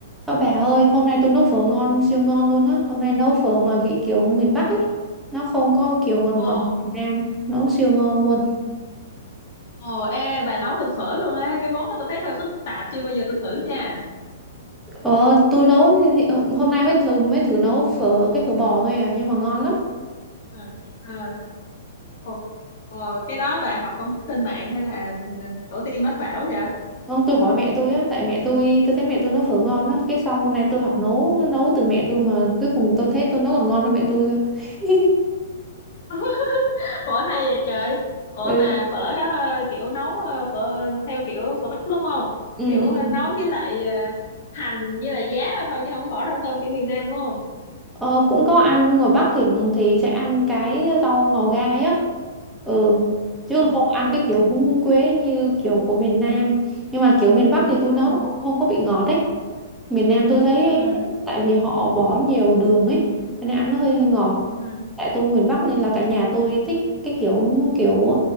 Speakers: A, in the centre; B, on the left.
A: Ơ bà ơi, hôm nay tôi nấu phở ngon, siêu ngon luôn á. Hôm nay nấu phở mà vị kiểu miền Bắc ấy. Nó không có kiểu ngọt
B: Ồ,
A: ngọt như miền Nam. Nấu siêu ngon luôn.
B: ồ, ê, bà nấu được phở luôn á. Cái món đó tôi thấy hơi phức tạp, chưa bao giờ tôi thử nha.
A: Ờ, tôi nấu, thì- ờ, hôm nay mới thử, mới thử nấu phở, cái phở bò thôi à. Nhưng mà ngon lắm.
B: Ừ. À, ồ, cái đó bà học công thức trên mạng hay là ừ, tổ tiên mách bảo vậy?
A: Không, tôi hỏi mẹ tôi á, tại mẹ tôi, tôi thấy mẹ tôi nấu phở ngon á. Cái xong hôm nay tôi học nấu, nấu từ mẹ tôi mà cuối cùng tôi thấy tôi nấu còn ngon hơn mẹ tôi cơ. <laughs>
B: <laughs> Phở hay vậy trời. Ồ
A: ừ.
B: mà phở đó ờ, kiểu nấu ờ, phở ờ, theo kiểu phở Bắc đúng không?
A: ừ.
B: Kiểu ờ, nấu với lại ờ, hành với lại giá thôi chứ không có bỏ rau thơm kiểu miền Nam đúng không?
A: Ờ, cũng có ăn ngoài Bắc thì thì sẽ ăn cái rau ngò gai á ừ chứ
B: Ừ.
A: không ăn cái kiểu húng húng quế như kiểu của miền Nam nhưng mà kiểu miền Bắc thì tôi
B: Ừ.
A: nấu nó không, không có bị ngọt đấy miền Nam tôi thấy
B: Ừ.
A: ấy,
B: Ừ.
A: tại vì họ bỏ nhiều đường ấy cho nên ăn nó hơi hơi ngọt
B: Ừ. ừ.
A: tại tôi miền Bắc nên là cả nhà tôi thích cái kiểu kiểu